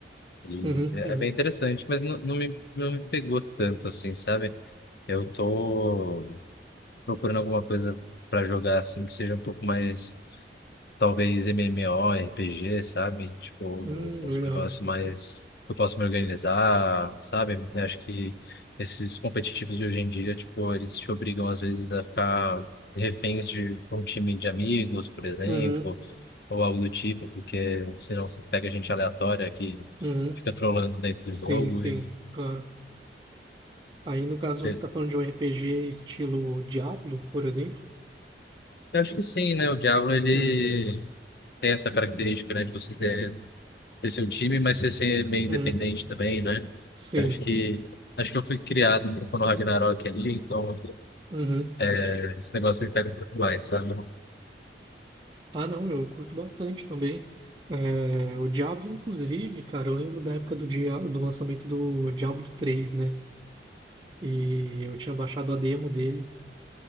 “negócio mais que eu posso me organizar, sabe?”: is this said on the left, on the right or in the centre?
Left